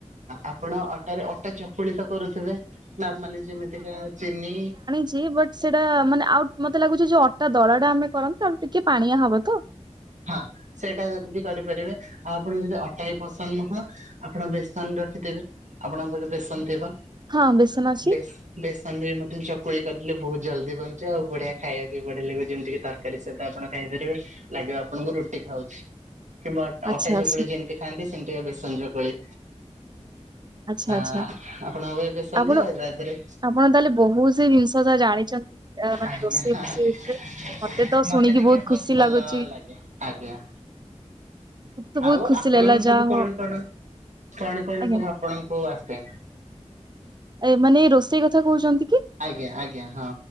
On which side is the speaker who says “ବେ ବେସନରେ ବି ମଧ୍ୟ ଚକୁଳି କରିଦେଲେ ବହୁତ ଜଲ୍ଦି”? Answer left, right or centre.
Right